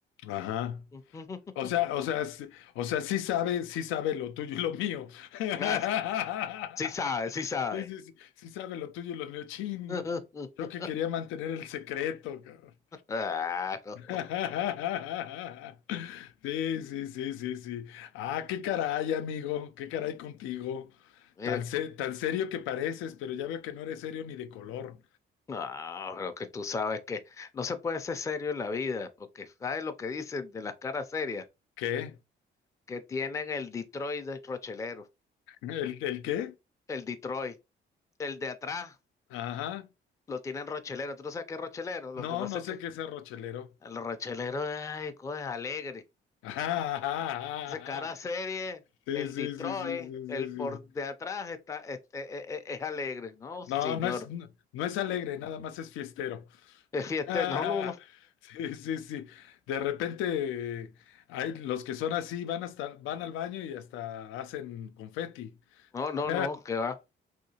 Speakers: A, on the left; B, on the left.
A: Ajá.
B: <laughs>
A: O sea, o sea, sí- o sea, sí sabe, sí sabe lo tuyo y lo mío. <laughs>
B: Ah, sí sabe, sí sabe.
A: Sí, sí, sí, sí sabe lo tuyo y lo mío. Chin.
B: <laughs>
A: Yo que quería mantener el secreto, cabrón.
B: Ah, no.
A: <laughs> Sí, sí, sí, sí, sí. Ah, qué caray, amigo. Qué caray contigo.
B: Eh,
A: Tan, se- tan serio que pareces, pero ya veo que no eres serio ni de color.
B: No, lo que tú sabes que no se puede ser serio en la vida, porque sabes lo que dicen de las caras serias,
A: ¿Qué?
B: que tienen el Detroit de Rochelero,
A: ¿El, el qué?
B: el Detroit, el de atrás
A: Ajá.
B: lo tienen rochelero. ¿Tú no sabes qué es rochelero? Lo
A: No,
B: que pasa
A: no
B: es que
A: sé qué sea rochelero.
B: a los rocheleros, ay, cosas alegres.
A: <laughs> Ajá, ajá, ajá,
B: Dice, cara
A: ajá.
B: serie,
A: Sí,
B: el
A: sí,
B: Detroit,
A: sí, sí, sí,
B: el
A: sí, sí,
B: por
A: sí.
B: de atrás está, este, e- e- e, es, alegre. No,
A: No,
B: señor.
A: no es, no, no es alegre, nada más es fiestero.
B: Es fiesta.
A: <laughs>
B: No, no, no.
A: Sí, sí, sí. De repente eh, hay los que son así, van hasta, van al baño y hasta hacen confeti.
B: No, no,
A: <laughs>
B: no, que va.